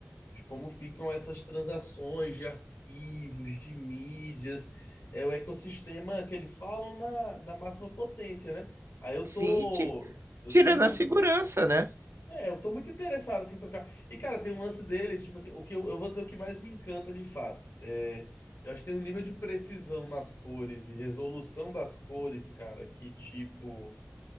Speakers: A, on the left; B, on the right.
A: de como ficam essas transações de arquivos, de mídias. É o ecossistema que eles falam na, na máxima potência, né? Aí eu
B: Sim,
A: tô.
B: ti-
A: Eu
B: tirando
A: tô muito.
B: a segurança, né?
A: É, eu tô muito interessado assim, em trocar. E, cara, tem um lance deles, tipo assim, o que eu, eu vou dizer o que mais me encanta de fato. É, eu acho que tem um nível de precisão nas cores e resolução das cores, cara, que tipo.